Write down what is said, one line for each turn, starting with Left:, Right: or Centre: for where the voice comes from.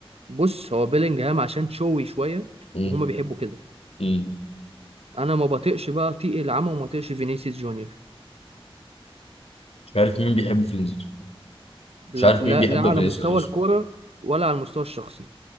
Right: بص هو بيلينجهام عشان شوي شويه
Left: مم.
Right: وهما بيحبوا كده
Left: مم.
Right: انا ما بطيقش بقى طيق العمى وما بطيقش فينيسيوس جونيور
Left: مش عارف مين بيحب فينيسيوس
Right: لا
Left: مش عارف
Right: لا
Left: مين بيحب
Right: لا على
Left: فينيسيوس
Right: مستوى الكوره ولا على المستوى الشخصي